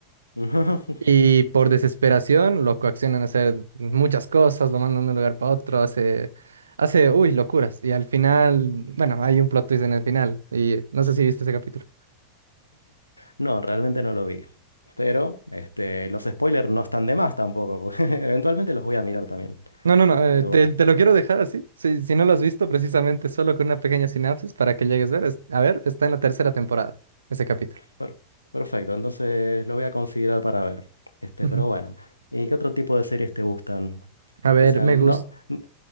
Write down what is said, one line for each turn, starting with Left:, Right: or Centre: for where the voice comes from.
Left: <laughs>
Right: Y por desesperación lo coaccionan a hacer muchas cosas, lo mandan de un lugar para otro, hace, hace, uy, locuras. Y al final, bueno, hay un plot twist en el final, y no sé si viste ese capítulo.
Left: No, realmente no lo vi. Pero este, los spoilers no están de más tampoco, porque <laughs> eventualmente los voy a mirar también.
Right: No, no, no, eh,
Left: Pero
Right: te,
Left: bueno.
Right: te lo quiero dejar así. Si, si no lo has visto, precisamente solo con una pequeña sinapsis para que llegues a ver. Es- a ver, está en la tercera temporada, ese capítulo.
Left: Per- Perfecto, entonces lo voy a considerar para ver. Este,
Right: Ujú.
Left: pero bueno, ¿y qué otro tipo de series te gustan?
Right: A ver,
Left: Que sean,
Right: me gusta.
Left: no, n-